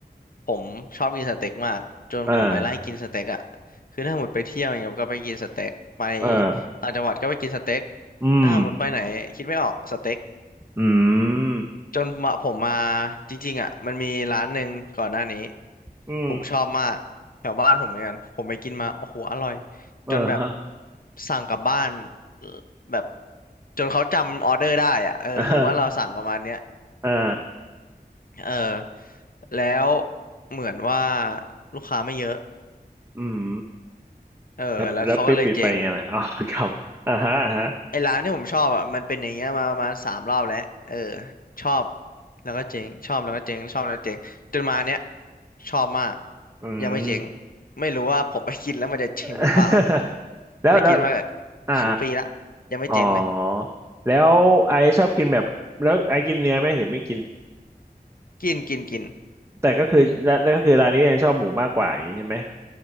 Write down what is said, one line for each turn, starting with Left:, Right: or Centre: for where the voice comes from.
Left: ผมชอบกินสเต็กมากจนผมไปไล่กินสเต็กอะ
Right: อ่า
Left: คือถ้าหมดไปเที่ยวอย่างเงี้ยก็ไปกินสเต็กไป
Right: อ่า
Left: ต่างจังหวัดก็ไปกินสเต็ก
Right: อืม
Left: ถ้าหมดไปไหนคิดไม่ออกสเต็ก
Right: อืม
Left: จนมาผมมาจริงๆอะมันมีร้านหนึ่งก่อนหน้านี้
Right: อืม
Left: ผมชอบมากแถวบ้านผมเหมือนกันผมไปกินมาโอ้โหอร่อย
Right: อ่าฮะ
Left: จนแบบสั่งกลับบ้านเอ่อแบบจนเขาจำออเดอร์ได้อะเออว่าเราสั่งประมาณเนี้ย
Right: อ่าฮะอ่า
Left: เออแล้วเหมือนว่าลูกค้าไม่เยอะ
Right: อืม
Left: เออแล้วเขาก็เลยเจ๊ง
Right: แล้วแล้วไปปิดไปไงล่ะอ๋อครับอ่าฮะอ่าฮะ
Left: ไอ้ร้านที่ผมชอบอ่ะมันเป็นอย่างเงี้ยมาประมาณสามรอบแล้วเออชอบแล้วก็เจ๊งชอบแล้วก็เจ๊งชอบแล้วก็เจ๊งจนมาเนี้ยชอบมาก
Right: อืม
Left: ยังไม่เจ๊งไม่รู้ว่าผมไปกินแล้วมันจะเจ๊งหรือเปล่า
Right: <laughs> แล้วแล้ว
Left: แต่กินมาแบบ
Right: อ่า
Left: ครึ่งปีละยังไม่เจ๊งเลย
Right: อ๋อแล้วไอชอบกินแบบแล้วไอกินเนื้อไหมหรือไม่กิน
Left: กินกินกิน
Right: แต่ก็คือแล้วก็คือร้านนี้ยังชอบหมูมากกว่าอย่างนี้ใช่ไหม